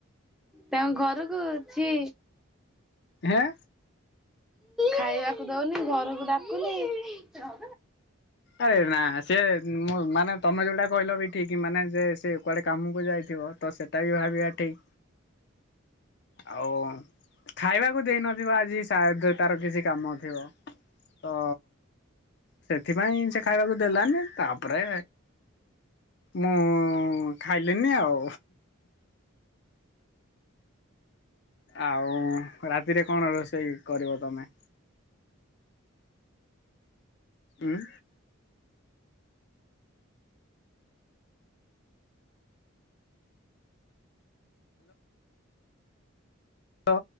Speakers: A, in the centre; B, on the left.
A: ତାଙ୍କ ଘରକୁ ଛି
B: ହେଁ।
A: ଖାଇବାକୁ ଦଉନି ଘରକୁ ଡାକୁନି
B: ଆରେ ନା ସିଏ ମୁଁ ମାନେ ତମେ ଯୋଉଟା କହିଲ ବି ଠିକ୍। କି ମାନେ ଯେ ସେ କୁଆଡେ କାମକୁ ଯାଇଥିବ ତ ସେ ଟା ବି ଭାବିବା ଠିକ ଆଉ ଖାଇବାକୁ ଦେଇନଥିବା କି ସାୟାଦ ତାର କିଛି କାମ ଥିବ ତ ସେ ଥିପାଇଁ ସେ ଖାଇବାକୁ ଦେଲାନି । ତାପରେ ମୁଁ ଖାଇଲିିନି ଆଉ। ଆଉ ରାତିରେ କଣ ରୋଷେଇ କରିବ ତମେ? ଉଁ? ଓ